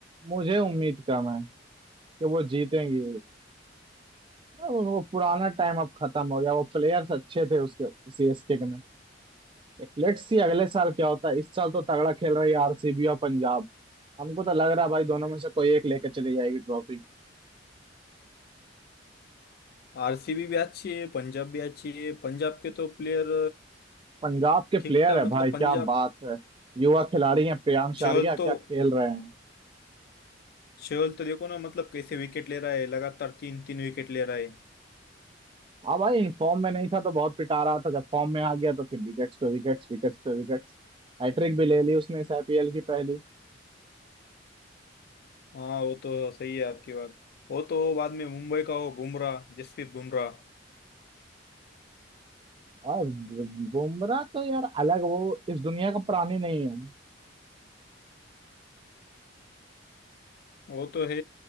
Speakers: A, on the right (about 30°); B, on the left (about 55°).
A: मुझे उम्मीद कम है कि वो जीतेंगी अब वो पुराना टाइम अब खत्म हो गया वो प्लेयर्स अच्छे थे उसके सीएसके के में लेट्स सी अगले साल क्या होता है इस साल तो तगड़ा खेल रही है आरसीबी और पंजाब हमको तो लग रहा है भाई दोनों में से कोई एक लेके चली जाएगी ट्रॉफी
B: आरसीबी भी अच्छी है पंजाब भी अच्छी है पंजाब के तो प्लेयर
A: पंजाब के प्लेयर
B: ठीक ठाक
A: है
B: मतलब
A: भाई क्या
B: पंजाब
A: बात है युवा खिलाड़ी हैं प्रियांश
B: चहल
A: आर्या क्या
B: तो
A: खेल रहे हैं
B: चहल तो देखो ना मतलब कैसे विकेट ले रहा है लगातार तीन तीन विकेट ले रहा है
A: हाँ भाई इन फॉर्म में नहीं था तो बहुत पिटा रहा था जब फॉर्म में आ गया तो फिर विकेट्स पे विकेट्स विकेट्स पे विकेट्स हैट्रिक भी ले ली उसने इस आईपीएल की पहली
B: हाँ वो तो सही है आपकी बात वो तो बाद में मुंबई का हो बुमराह जसप्रीत बुमराह
A: और बुमराह तो यार अलग वो इस दुनिया का प्राणी नहीं है
B: वो तो है